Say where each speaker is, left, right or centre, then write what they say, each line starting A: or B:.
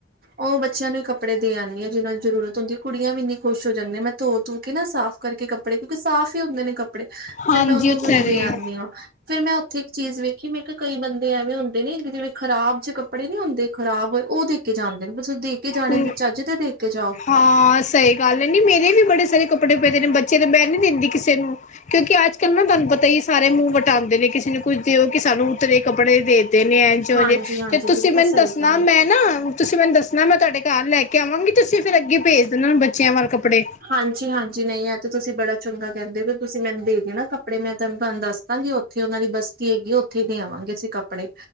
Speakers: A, on the right; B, on the left.
A: ਓਹ ਬੱਚਿਆਂ ਨੂੰ ਹੀ ਕੱਪੜੇ ਦੇ ਆਉਂਦੀ ਆਂ ਜਿਨਾ ਦੀ ਜ਼ਰੂਰਤ ਹੁੰਦੀ ਏ। ਕੁੜੀਆਂ ਵੀੰ ਏਂਨੀ ਖੁਸ਼ ਹੋ ਜਾਂਦੀਆ ਮੈਂ ਧੋ-ਧੂ ਕੇ ਨਾ ਸਾਫ਼ ਕਰਕੇ ਕੱਪੜੇ ਕਿਉਂਕਿ ਸਾਫ਼ ਹੀ ਹੁੰਦੇ ਨੇ ਕੱਪੜੇ।
B: ਹਾਂਜੀ
A: ਫੇਰ ਮੈਂ ਉਹਨਾ
B: ਉੱਥੇ
A: ਨੂੰ ਹੀ ਦੇ
B: ਗਏ
A: ਆਉਂਦੀ ਆਂ। ਫੇਿਰ ਮੈਂ ਉੱਥੇ ਇੱਕ ਚੀਜ਼ ਵੇਖੀ ਮੈਂ ਕਿਹਾ ਕਈ ਬੰਦੇ ਐਵੇਂ ਹੁੰਦੇ ਨੇ ਜਿਵੇਂ ਖਰਾਬ ਜਿਹੇ ਕੱਪੜੇ ਨੀ ਹੁੰਦੇ ਖ਼ਰਾਬ ਹੋਏ ਉਹ ਦੇਖ ਦੇ ਕੇ ਜਾਂਦੇ ਨੇ ਦੇ ਕੇ ਜਾਣੇ
B: ਤੇ
A: ਨੇ ਤਾਂ ਚੱਜ ਤੇ ਦੇ ਕੇ ਜਾਓ
B: ਹਾਂ ਸਹੀ ਗੱਲ ਨੀ ਮੇਰੇ ਵੀ ਬੜੇ ਸਾਰੇ ਕੱਪੜੇ ਪਏ ਨੇ ਬੱਚੇ ਦੇ ਮੈਂ ਨੀ ਦਿੰਦੀ ਕਿਸੇ ਨੂੰ ਕਿਉਂਕਿ ਅੱਜ ਕੱਲ ਨਾ ਤੁਹਾਨੂੰ ਪਤਾ ਹੀ ਸਾਰੇ ਮੂੰਹ ਵਟਾਉਂਦੇ ਨੇ ਕਿਸੇ ਨੂੰ ਕੁੱਛ ਦਿਓ ਕਿ ਸਾਨੂੰ ਉਤਰੇ ਕੱਪੜੇ ਦੇ ਦੇ ਨੇ ਐਝਿ
A: ਹਾਂਜੀ
B: ਜੇ
A: ਹਾਂਜੀ
B: ਤੇ ਤੁਸੀਂ
A: ਬਿਲਕੁਲ
B: ਮੈਨੂੰ
A: ਸਹੀ
B: ਦੱਸਣਾ
A: ਗੱਲ ਹੈ
B: ਮੈਂ ਨਾ ਤੁਸੀਂ ਮੈਨੂੰ ਦੱਸਣਾ ਮੈਂ ਤੁਹਾਡੇ ਘਰ ਲੈ ਕੇ ਆਵਾਂਗੀ ਤੁਸੀਂ ਫੇਿਰ ਅੱਗੇ ਭੇਜ ਦੇਣਾ ਬੱਚਿਆਂ ਵੱਲ ਕੱਪੜੇ
A: ਹਾਂਜੀ ਹਾਂਜੀ ਨਹੀਂ ਐ ਤੇ ਤੁਸੀਂ ਬੜਾ ਚੰਗਾ ਕਰਦੇ ਵੀ ਤੁਸੀਂ ਮੈਨੂੰ ਦੇ ਦਿਓ ਨਾ ਕੱਪੜੇ ਮੈਂ ਤੁਹਾਨੂੰ ਤਾਨੁ ਦੱਸ ਦਾਂਗੀ ਉੱਥੇ ਉਹਨਾਂ ਦੀ ਬਸਤੀ ਹੈਗੀ ਉੱਥੇ ਦੇ ਆਵਾਂਗੇ ਅਸੀਂ ਕ ਕੱਪੜੇ